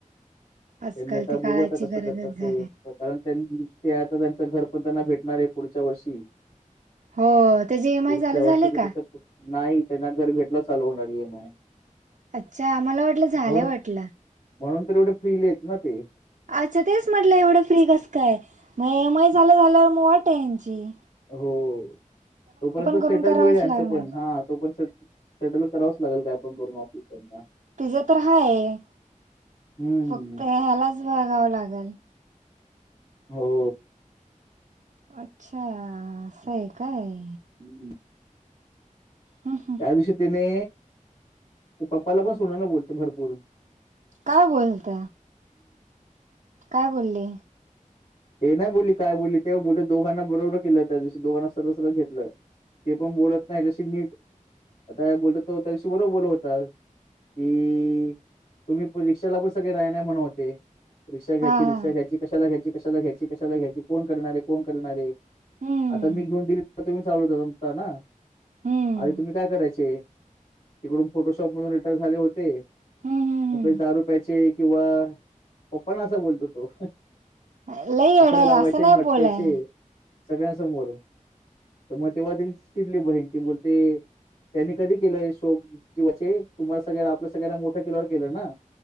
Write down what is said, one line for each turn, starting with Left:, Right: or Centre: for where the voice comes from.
Right: आजकाल
Left: त्यांनी आता
Right: ते
Left: बघु
Right: काळाची
Left: आता कसं
Right: गरजच
Left: करतात ते,,
Right: झाली.
Left: कारण त्यांच ते आता त्यांच घर पण त्यांना भेटत े पुढच्या वर्षी.
Right: हो त्याचे ई एम
Left: पुढच्या
Right: आय चालू झाले
Left: वर्षी क
Right: का?
Left: त्या नाही,, त्यांना घर भेटला चालू होणार आहे ऽऽ
Right: अच्छा, आम्हाला वाटलं, झालंय
Left: म्हणून
Right: वाटलं,,
Left: म्हणून तर एवढे फ्रीलीत ना ते,,,
Right: अच्छा तेच म्हटलं,, एवढं फ्री कस काय,, मग ए एम आय झालं झाल्या मग वाटे यांचीऽऽ
Left: हो, तोपर्यंत
Right: करून
Left: सेटल
Right: करावंच
Left: होईल याचं
Right: लागणार.
Left: पण,, ह,, तो पण सेटल करावच लागेल काय पण करून ऑफिसऽऽ ना,
Right: तिझं तर हाय,,
Left: हम्म.
Right: फक्त ह्यालाच बघावं लागलऽऽ
Left: हो,
Right: अच्छा,, अस आहे काय?
Left: हम्म.
Right: हम्म हम्म.
Left: त्या दिवशी त्याने,, ते पप्पाला पण सोनायला बोलते भरपूरऽऽ
Right: काय बोलत? काय बोलली?
Left: हे नाही बोलली, काय बोलली ते,, बोलते दोघांना बरोबर केलं त्या दिवशी,, दोघांना सर सगळ घेतलं ते पण बोलत नाही जशी नीट,, आता बोलत तो त्याच्याशी बर बोलत होता कि,, तुम्ही रिक्षाला पण सगळे नाहि, नाही म्हण होते. रिक्षा घ्यायची,
Right: हा हा
Left: रिक्षा घ्यायची, कशाला घ्यायची कशाला घ्यायची, कशाला घ्यायची, कोण करणारे, कोण करणारे,
Right: हम्म
Left: आता मी घेऊन दिली तर तुम्ही चालवता ना,,
Right: हम्म
Left: आधि तुम्ही काय करायचे? तिकडून फोटोशॉप मधून रिटर्न झाल्या वरती
Right: हम्म हम्म
Left: पपा दारु प्याचे किंवा पप्पा ना असा बोलतो तो
Right: हम्म लई येड
Left: आकडे
Right: आहे
Left: लावायचे
Right: असं नाही
Left: मटक्याचे
Right: बोलाय
Left: सगळ्यांसमोर. तर मग तेव्हा त्यां शिडली बहीण ती बोलते त्यांनी कधी केलं शोक जीवाचे तुम्हाला सगळ्या आपलं सगळ्यांना मोठं किलोर केलं ना